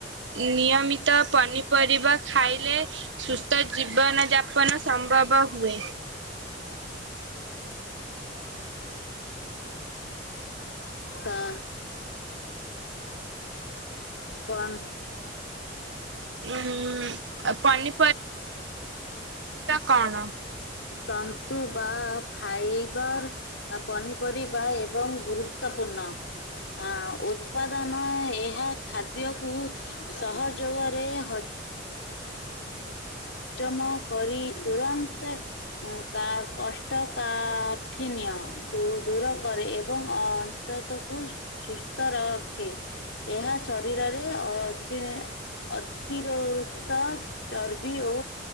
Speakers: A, on the right; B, on the left.
A: ନିୟମିତ ପନିପରିବା ଖାଇଲେ। ସୁସ୍ଥ ଜୀବନ ଯାପନ ସମ୍ଭବ ହୁଏ।
B: ହଁ। କନ।
A: ଉଁ ପାନି କଣ?
B: ତନ୍ତୁ ବା ଫାଇବର ଅ ପନି ପରିବା ଏବଂ ଗୁରୁତ୍ୱପୂର୍ଣ୍ଣ ଆଁ ଉତ୍ପାଦନ ଏହା ଖାଦ୍ୟକୁ ସହଯୋଗରେ ହ ହଜମ କରି ତୁରନ୍ତ ଉଁ। କା କଷ୍ଟକାଠିନ୍ୟ ଦୂ ଦୂର କରେ ଏବଂ ଅ ତ ତ କୁସ ସୁସ୍ଥ ରଖେ ଏହା ଶରୀରରେ ଅଚ ଅ ଅତିରୋକ୍ତ ଚର ବି ଓ।